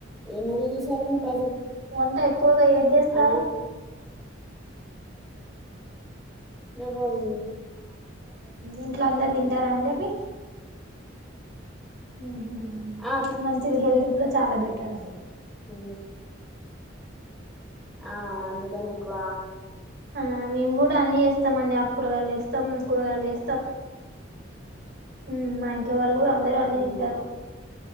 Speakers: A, in the centre; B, on the right.
A: ఏ మూవీ చూసారండి ప్రజెంట్
B: వంట ఎక్కువగా ఏది చేస్తారు
A: ఆ రెబల్
B: ఇంట్లో అందరు తింటారా అండి అవి ఉహు
A: ఆ
B: మంచిది హెల్త్ కూడా చాలా బెట్ తర భయ్
A: ఉ ఆ అన్ దానీక్వ
B: ఆ మేము కూడా అన్ని చేస్తాం అండి ఆకూరలు చేస్తాం కూరగాయలు చేస్తాం ఉమ్ మా ఇంట్లో వాళ్ళు కూడా అందరూ అన్ని
A: ఉమ్
B: తింటారు